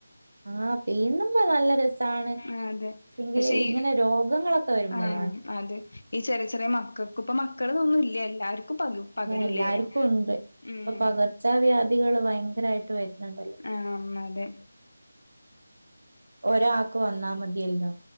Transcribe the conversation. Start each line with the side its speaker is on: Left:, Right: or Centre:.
Right: ആ പന്ന്പ നല്ല രസാണ് പക്ഷെങ്കില്
Left: ആഹ് അതെ പക്ഷെ
Right: ഇങ്ങനെ
Left: ഈ
Right: രോഗങ്ങളൊക്കെ വരുമ്പോൾ
Left: ഉം അതെ ഈ ചെറിയ ചെറിയ മക്കൾക്ക് ഇപ്പ മക്കൾന്നുംല്ല എല്ലാർക്കും പക പകരൂലേ
Right: എല്ലാർക്കും ഉണ്ട് അപ്പൊ
Left: ഉം
Right: പകർച്ച വ്യാധികള് ഭയങ്കരായിട്ട് വരുന്നുണ്ടല്ലോ
Left: ആഹ് അതെ
Right: ഒരാൾക്ക് വന്നാ മതിയല്ലോ